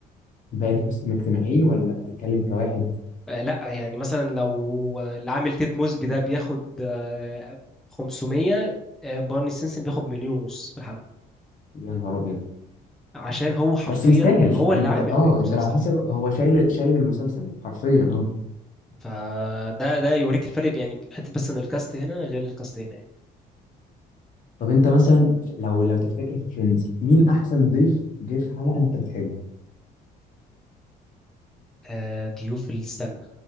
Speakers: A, on the left; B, in the centre.
A: باقي الكاست مجتمعين ولا بتتكلم كواحد
B: آه، لا يعني مثلا لو آه، العامل تيد موزبي ده بياخد آه، 500 آه، بارني سينسن بياخد مليون ونص في الحلقة
A: يا نهار ابيض
B: عشان هو حرفيا
A: بس يستاهل
B: هو
A: انت
B: اللي عامل
A: اه
B: المسلسل
A: انت لو حاسب
B: يعني
A: هو شايل شايل المسلسل حرفيا اه
B: فده ده يوريك الفرق يعني حتى بس ان الكاست هنا غير الكاست هنا يعني
A: طب انت مثلا لو لو تفتكر في فريندز مين احسن ضيف جه في حلقه انت بتحبه
B: آه، ضيوف السنة